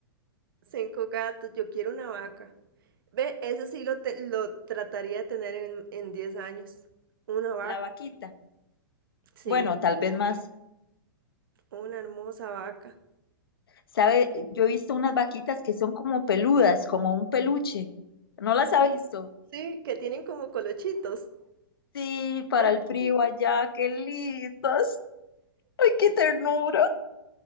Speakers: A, on the right (about 70°); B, on the left (about 80°).
A: Cinco gatos, yo quiero una vaca. Ve, eso sí lo, te- lo trataría de tener en, en 10 años. Una vaca,
B: La vaquita.
A: sí,
B: Bueno, tal vez más.
A: una hermosa vaca.
B: ¿Sabe? Yo he visto unas vaquitas que son como peludas, como un peluche. ¿No las ha visto?
A: Sí, que tienen como colochitos.
B: Sí, para
A: Ujú.
B: el frío allá, qué lindos. Ay, qué ternura.